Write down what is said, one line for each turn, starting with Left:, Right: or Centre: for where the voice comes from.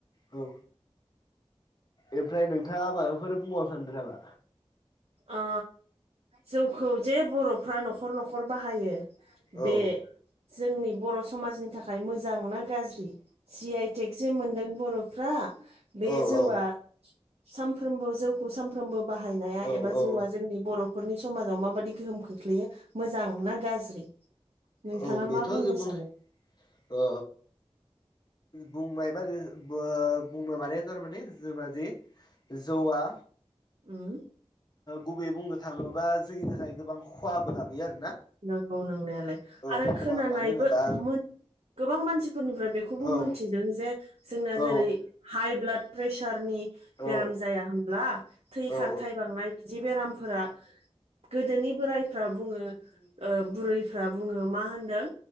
Left: औ ओमफ्राय नोंथाङा माबाफोर बुंबावनो सानदों नामा?
Right: ओ जौखौ जे बर'फ्रा न'खर-न'खर बाहायो बे
Left: औ
Right: जोंनि बर' समाजनि थाखाय मोजां ना गाज्रि? जि आइ टेक जे मोनदों बर'फ्रा बे
Left: औ
Right: जौआ
Left: औ
Right: सानफ्रोमबो जौखौ सानफ्रोमबो बाहायनाय
Left: औ
Right: एबा
Left: औ
Right: जौआ जोंनि बर'फोरनि समाजाव माबादि गोहोम खोख्लैयो मोजां ना गाज्रि? नोंथाङा
Left: औ बेथ'
Right: मा बुंनो
Left: जोबबाथाय
Right: सानो
Left: ओ बुंबाय एबा ओ बो बुंनो माने थारमाने जोंना जे जौ आ
Right: उम
Left: गुबैयै बुंनो थाङोबा जोंनि थाखाय गोबां खहाबो लाबोयो आरो
Right: नंगौ नंनायालाय आरो
Left: खहा
Right: खोनानायबो
Left: मानो होनोबा
Right: मोन गोबां मानसिफोरनिफ्राय बे बे खौबो
Left: औ
Right: मिथिदों जे जोंना
Left: औ
Right: जेरै हाइ ब्लाड प्रेसारनि
Left: औ
Right: बेराम जाया होनोमब्ला? थै
Left: औ
Right: खारथाय बांनाय बिदि बेरामफोरा गोदोनि बोरायफ्रा बुङो ओ बुरैफ्रा बुङो मा होनदों